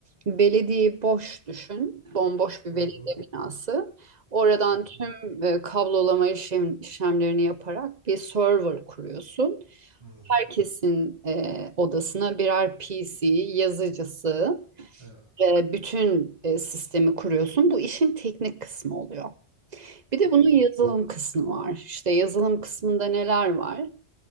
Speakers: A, on the right (about 45°); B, on the right (about 25°).
A: Belediye boş düşün. Bomboş bir
B: Hı
A: belediye
B: hı.
A: binası. Oradan
B: Hı
A: tüm
B: hı.
A: e, kablolama işlem, işlemlerini yaparak bir server kuruyorsun.
B: Hı hı.
A: Herkesin e, odasına birer PC, yazıcısı
B: Evet.
A: ve bütün e, sistemi kuruyorsun. Bu işin teknik kısmı oluyor. Bir de
B: Hı
A: bunun
B: hı.
A: yazılım kısmı var. İşte yazılım kısmında neler var?